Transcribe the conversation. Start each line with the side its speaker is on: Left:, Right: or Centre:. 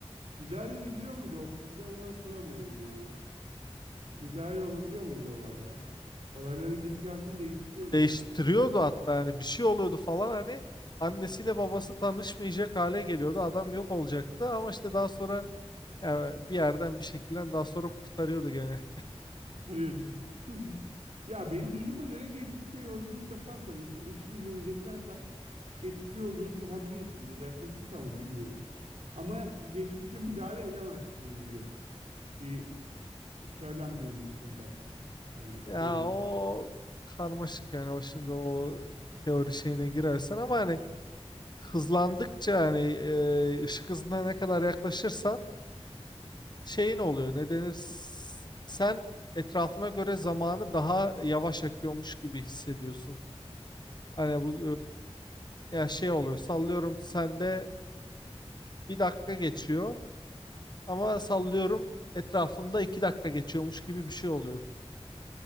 Right: Müdahale edebiliyor muydu o filmde? Onu hatırlamıyorum yalnız. Müdahale olabiliyor muydu olaylara? Olayların gidişatını değiştiriyordu
Left: Değiştiriyordu
Right: herhalde.
Left: hatta hani bir şey oluyordu falan hani annesiyle babası tanışmayacak hale geliyordu. Adam yok olacaktı ama işte daha sonra yani bir yerden bir şekilde daha sonra kurtarıyordu gene.
Right: Tabii. <laughs> Ya benim duyduğuma göre geçmişe yolculuk yaparsan işte ışık hızını geçersen geçmişe yolculuk yapabilirsin ya da yaklaşırsan mı bilmiyorum. Ama geçmişe müdahale edemezsin gibi bir söylem duymuştum ben. Yani
Left: Ya
Right: şey
Left: o karmaşık yani o şimdi o teori şeyine girersen ama hani hızlandıkça hani e, ışık hızına ne kadar yaklaşırsan şey ne oluyor ne denir S- sen etrafına göre zamanı daha yavaş akıyormuş gibi hissediyorsun. Hani bu e, ya şey oluyor sallıyorum sende bir dakika geçiyor ama sallıyorum etrafında iki dakika geçiyormuş gibi bir şey oluyor.